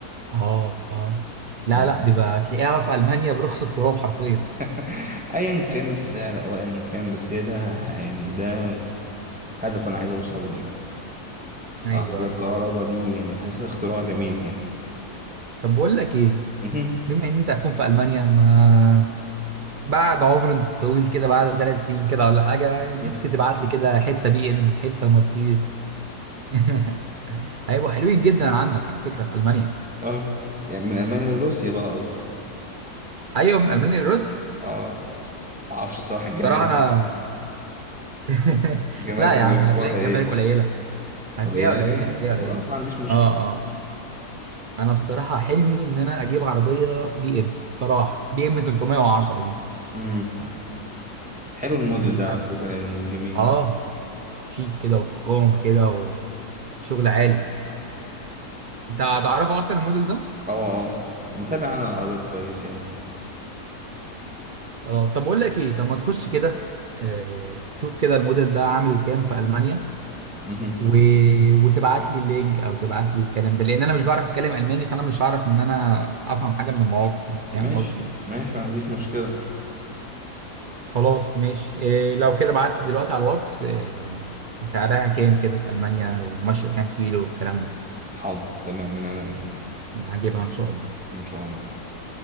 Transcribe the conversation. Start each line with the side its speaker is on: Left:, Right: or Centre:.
Right: اه اه لا
Centre: يعني
Right: لا دي بقى هتلاقيها في المانيا برخص التراب حرفيا
Centre: <laughs> أيا كان السعر أو أيا كان بس هي ده يعني ده هدف أنا عايز أوصل له يعني
Right: ايوه
Centre: العربية
Right: ايوه
Centre: الكهرباء
Right: ايوه
Centre: دي يعني حاسس اختراع جميل يعني
Right: طب بقول لك ايه
Centre: مهم.
Right: بما ان انت هتكون في المانيا ما بعد عمر طويل كده بعد ثلاث سنين كده ولا حاجة نفسي
Centre: <laughs>
Right: تبعت لي كده حتة بي ام حتة مرسيدس <laughs> هيبقوا حلوين جدا عندك على فكرة في ألمانيا
Centre: اه يعني من ألمانيا لروسيا بقى قصدك
Right: أيوة من ألمانيا لروسيا
Centre: اه معرفش الصراحة الجمارك
Right: صراحة أنا <laughs>
Centre: الجمارك
Right: لا يا
Centre: هيبقى
Right: عم
Centre: أخبارها
Right: هتلاقي الجمارك
Centre: إيه
Right: قليلة هتلاقيها
Centre: قليلة
Right: قليلة
Centre: يعني
Right: هتلاقيها
Centre: خلاص
Right: قليلة
Centre: ما عنديش مشكلة
Right: اه اه أنا بصراحة حلمي إن أنا أجيب عربية بي ام بصراحة بي ام 310 دي
Centre: امم حلو الموديل
Right: دي
Centre: ده
Right: فعلا
Centre: على فكرة يعني جميل
Right: اه شيك كده وفخامة كده وشغل عالي أنت هتعرفه أصلا الموديل ده؟
Centre: اه اه متابع انا العربيات كويس يعني
Right: خلاص طب بقول لك ايه طب ما تخش كده آه، آه، تشوف كده الموديل ده عامل كام في المانيا
Centre: مهم.
Right: و... وتبعت لي اللينك او تبعت لي الكلام ده لان انا مش بعرف اتكلم الماني فانا مش هعرف ان انا افهم حاجه من المواقع يعني فاهم
Centre: ماشي
Right: قصدي
Centre: ماشي ما عنديش مشكلة
Right: خلاص ماشي إيه لو كده بعت لي دلوقتي على الواتس إيه سعرها كام كده في المانيا وماشيه كام كيلو والكلام ده
Centre: حاضر تمام من عينيا
Right: عشان هجيبها ان شاء الله
Centre: ان شاء الله